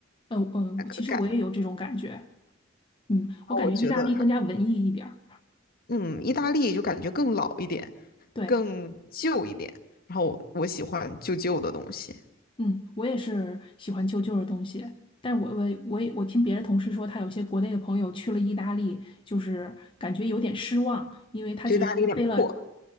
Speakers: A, on the left (about 25°); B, on the left (about 50°).
A: 嗯嗯，
B: 那个感觉，
A: 我其实我也有这种感觉。嗯，我感觉意大利更加文艺一点儿。
B: 我觉得还，嗯，意大利就感觉更老一点，
A: 对，
B: 更旧一点。然后我喜欢旧旧的东西，
A: 嗯，我也是喜欢旧旧的东西，但是我我我也我听别的同事说，他有些国内的朋友去了意大利，就是感觉有点失望，因为他觉得他飞了，
B: 觉得意大利有点破，